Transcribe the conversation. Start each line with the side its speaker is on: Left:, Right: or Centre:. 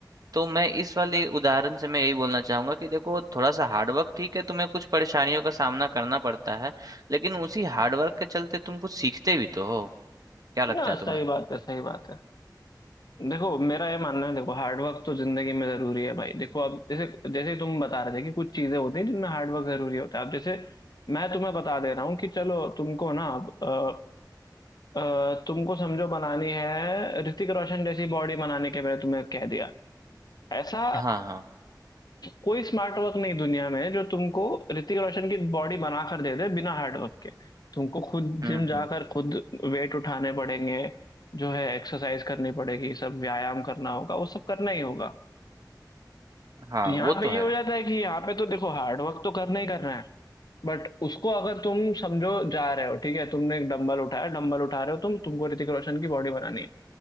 Right: तो मैं इस वाले उदाहरण से मैं यही बोलना चाहूंगा कि देखो थोड़ा सा हार्डवर्क ठीक है तुम्हें कुछ परेशानियों का सामना करना पड़ता है लेकिन उसी हार्डवर्क के चलते तुम कुछ सीखते भी तो हो क्या लगता
Left: ना
Right: है तुम्हें
Left: सही बात है सही बात है देखो मेरा ये मानना है देखो हार्डवर्क तो जिंदगी में जरूरी है भाई देखो अब जैसे जैसे तुम बता रहे थे कि कुछ चीजें होती हैं जिनमें हार्डवर्क जरूरी होता है अब जैसे मैं तुम्हें बता दे रहा हूँ कि चलो तुमको ना अब अ, अ, तुमको समझो बनानी है ऋतिक रोशन जैसी बॉडी बनाने के मैंने तुम्हें कह दिया ऐसा
Right: हाँ हाँ
Left: कोई स्मार्ट वर्क नहीं दुनिया में जो तुमको ऋतिक रोशन की बॉडी बना कर दे दे बिना हार्ड वर्क के तुमको खुद
Right: हम्म
Left: जिम जाकर
Right: हम्म
Left: खुद वेट उठाने पड़ेंगे जो है एक्सरसाइज करनी पड़ेगी सब व्यायाम करना होगा वो सब करना ही होगा
Right: हाँ
Left: तो यहाँ
Right: वो तो
Left: पे ये
Right: है
Left: हो जाता है कि यहाँ पे तो देखो हार्ड वर्क तो करना ही करना है बट उसको अगर तुम समझो जा रहे हो ठीक है तुमने एक डंबल उठाया डंबल उठा रहे हो तुम तुमको ऋतिक रोशन की बॉडी बनानी है